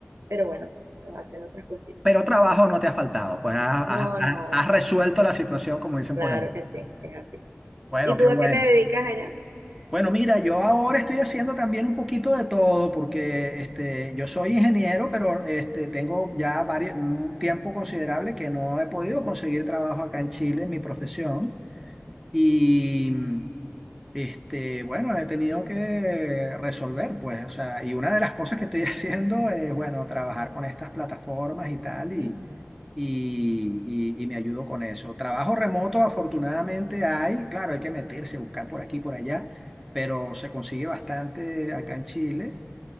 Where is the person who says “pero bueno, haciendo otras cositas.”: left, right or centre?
Right